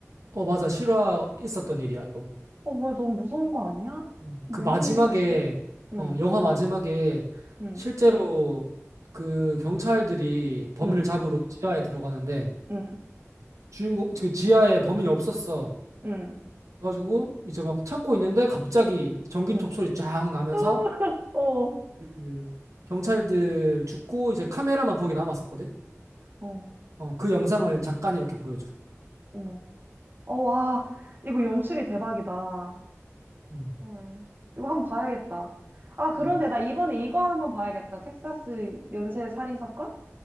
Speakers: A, on the right; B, on the right.
A: 어, 맞아. 실화 있었던 일이야, 이거.
B: 어, 뭐야, 너무 무서운 거 아니야?
A: 음.
B: 뭐
A: 그 마지막에,
B: 이런 일이 다 있어? 응,
A: 어, 영화 마지막에
B: 응,
A: 실제로 그 경찰들이 범인을
B: 응,
A: 잡으러 지하에 들어가는데
B: 응,
A: 주인공, 그 지하에 범인이 없었어.
B: 응,
A: 그래가지고 이제 막 찾고 있는데 갑자기 전기톱
B: 응.
A: 소리 쫙 나면서
B: <laughs> 어,
A: 그 경찰들 죽고 이제 카메라만 거기 남았었거든?
B: 어,
A: 어, 그 영상을 잠깐 이렇게 보여줘.
B: 어머. 어, 와, 이거 연출이 대박이다.
A: 음.
B: 헐. 이거 한 번 봐야겠다. 아, 그런데
A: 어,
B: 나 이번에 이거 한 번 봐야겠다. 텍사스 연쇄 살인 사건?